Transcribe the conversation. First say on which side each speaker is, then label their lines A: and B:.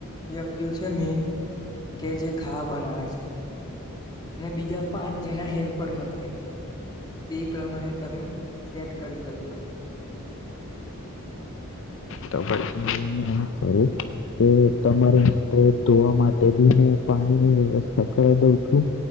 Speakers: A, on the left; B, on the left.
A: વ્યક્તિઓ છે મેન કે જે ખાવા બનાવે છે. અને બીજા પાંચ જણા હેલ્પરમાં છે. એ પ્રમાણે તમે સેટ કરી લજો.
B: મે એ કરું કે તમારે માટે ધોવા માટે બી મે પાણીની વ્યવસ્થા કરી દઉં છું,